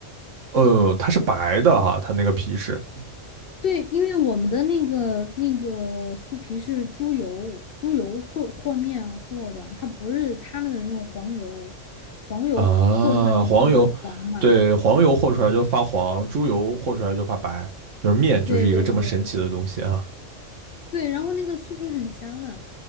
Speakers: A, on the right (about 75°); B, on the left (about 60°).
A: 呃，它是白的哈，它那个皮是
B: 对，因为我们的那个那个酥皮是猪油，猪油和和面和的，它不是他们的那种黄油，黄油和出来就是会黄嘛。
A: 啊，黄油，对，黄油和出来就发黄，猪油和出来就发白，就是面就是一个这么神奇的东西啊，
B: 对对对对，然后那个酥皮很香的，